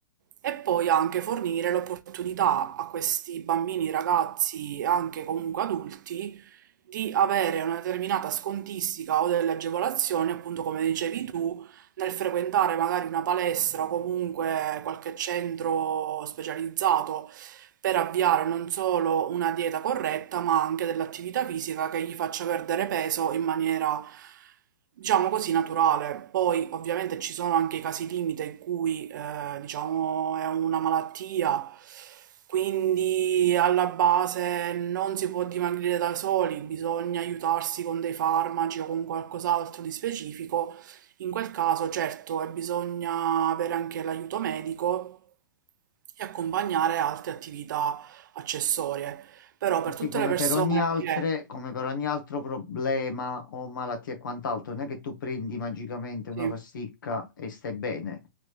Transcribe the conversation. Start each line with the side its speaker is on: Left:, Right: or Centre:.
Right: E poi anche fornire l'opportunità a questi bambini, ragazzi e anche comunque adulti di avere una determinata scontistica o delle agevolazioni, appunto come dicevi tu, nel frequentare magari una palestra o comunque qualche centro specializzato per avviare non solo una dieta corretta, ma anche dell'attività fisica che gli faccia perdere peso in maniera, diciamo così, naturale. Poi ovviamente ci sono anche i casi limite in cui, eh, diciamo, è una malattia, quindi alla base non si può dimagrire da soli, bisogna aiutarsi con dei farmaci o con qualcos'altro di specifico. In quel caso, certo, e bisogna avere anche l'aiuto medico e accompagnare altre attività accessorie. Però
Left: Marti,
Right: per tutte
Left: come
Right: le persone
Left: per ogni altre,
Right: che...
Left: come per ogni altro problema o malattia e quant'altro, non è che tu prendi magicamente una
Right: Sì,
Left: pasticca e stai bene.